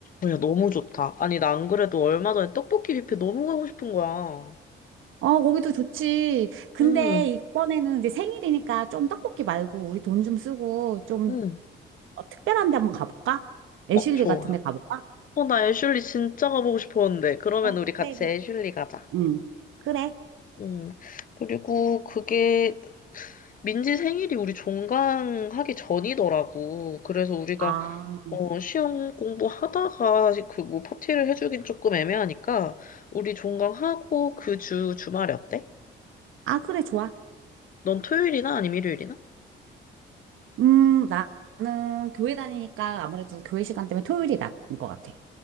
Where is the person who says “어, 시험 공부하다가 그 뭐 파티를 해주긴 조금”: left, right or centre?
Left